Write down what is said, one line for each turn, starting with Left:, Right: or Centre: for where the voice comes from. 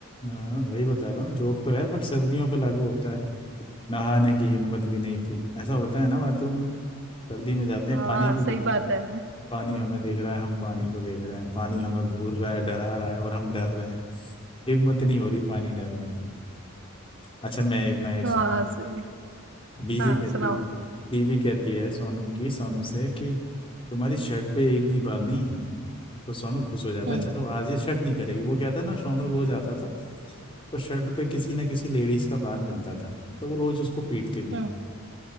Left: हाँ वही बता रहा हूँ जोक तो है बट सर्दियों पे लागू होता है नहाने की हिम्मत भी नहीं थी ऐसा होता है ना बाथरूम में सर्दी में जाते हैं
Right: हाँ
Left: पानी को
Right: सही
Left: देखते
Right: बात
Left: हैं
Right: है
Left: पानी हमें देख रहा है हम पानी को देख रहे हैं पानी हमें घूर रहा है डरा रहा है और हम डर रहे हैं हिम्मत नहीं हो रही पानी डालने की अच्छा मैं मैं एक
Right: हाँ
Left: सुन
Right: सही
Left: बीवी
Right: हाँ
Left: कहती
Right: सुनाओ
Left: है बीवी कहती है सोनू की सोनू से कि तुम्हारी शर्ट पे एक भी बाल नहीं है तो सोनू खुश हो जाता
Right: हम्म
Left: चलो आज ये शक नहीं करेगी वो क्या था ना सोनू रोज आता था तो शर्ट पे किसी ना किसी लेडीज का बाल मिलता था तो वो रोज उसको पीटती थी
Right: हम्म